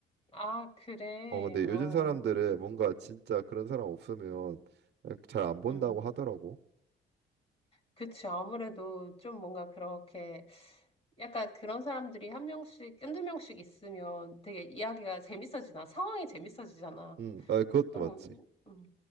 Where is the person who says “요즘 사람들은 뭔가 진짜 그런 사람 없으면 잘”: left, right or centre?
Right